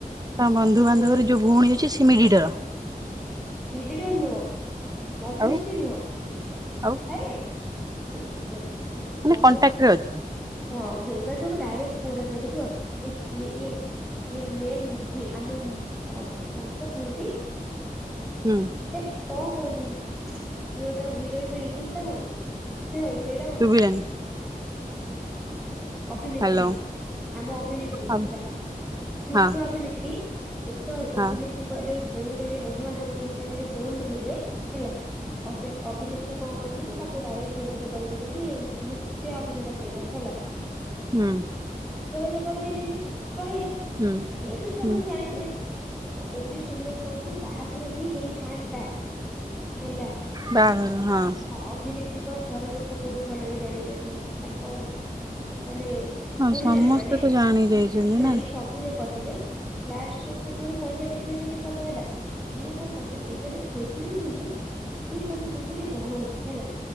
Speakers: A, on the right; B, in the centre.
A: ତାଙ୍କ ବନ୍ଧୁବାନ୍ଧବରେ
B: ସେ ପୁଅଟା
A: ଯୋଉ ଭଉଣୀ ଅଛି ସେ ମିଡିଏଟର।
B: ମିଡିଏଟର ନୁହଁ ମଧ୍ୟସ୍ଥି
A: ଆଉ
B: ନୁହଁ।
A: ଆଉ
B: ଆରେ ସେ ଦେଖ
A: ମାନେ
B: ବନ୍ଧୁ
A: କଣ୍ଟାକ୍ଟରେ ଅଛି
B: ହଁ ଯୋଗାଯୋଗ ଡାଇରେକ୍ଟ ପୁଅଟା ସହିତ ବି ଅଛି ଏ ଇଏ ମେନ୍ ମୁହି ଆମ କଁ ତ କୁହନ୍ତି।
A: ହୁଁ।
B: ଏ କଣ କୁହନ୍ତି ଝିଅ ଟାକୁ ହିରୋଇନ ର ଇଂଲିଶ ଟା କଣ ନା ଓଡିଆ ଟା କଣ?
A: ଶୁଭିଲାନି
B: ଅଭିନେତ୍ରୀ
A: ହ୍ୟାଲୋ
B: ଆମ ଅଭିନେତ୍ରୀ ହେଲା
A: ଆଉ
B: ମୁଖ୍ୟ
A: ହଁ
B: ଅଭିନେତ୍ରୀ ମୁଖ୍ୟ
A: ହଁ
B: ଅଭିନେତ୍ରୀଙ୍କର ଯୋଉ ଭଉଣୀ ରହିଲେ ବନ୍ଧୁବାନ୍ଧବ ହିସାବରେ ଯୋଉ ଭଉଣୀ ରହିଲେ ହେଲା। ଅଭିନେତ୍ରୀ କଣ କରୁଛନ୍ତି ତାକୁ ଡାଇରେକ୍ଟ ଯୋଗାଯୋଗ କରିଦେଇଛନ୍ତି ମୁଖ୍ୟ ଅଭିନେତା ସହିତ ହେଲା।
A: ହୁଁ।
B: ଯୋଗାଯୋଗ କରିଦେଇଛନ୍ତି ରହିଲେ
A: ହୁଁ
B: ଯେହତୁ ସମସ୍ତେ
A: ହୁଁ
B: ଜାଣି ଥିଲେ। ଏବେ ଶୁଣିବାକୁ ପାଉଛି ବାହାଘର ବି ହେଇଥାନ୍ତା ହେଲା।
A: ବାହାଘର ହଁ।
B: ଅଭିନେତ୍ରୀଙ୍କର ଘର ଲୋକ ବହୁତ ଭଲରେ ଜାଣିଛନ୍ତି ତାଙ୍କ ମାନେ
A: ହଁ
B: ଗୁରୁଜନ
A: ସମସ୍ତେ
B: ମାନେ
A: ତ ଜାଣି ଯାଇଛନ୍ତି
B: ଜାଣିଛନ୍ତି
A: ନା
B: ସବୁ ଇଏ କରିଥିଲେ। ଲାଷ୍ଟ କୁ ଯୋଉଠି ପଇସା ଦେଖିଲେ ସେଇଠି କଲେ ହେଲା ସିଏ କଣ କରୁଛନ୍ତି ଏମାନେ ଖୋଜୁଛନ୍ତି ଯେ ଇଏ ସବୁ ତା ସେ ଜଣଉନି ହେଲା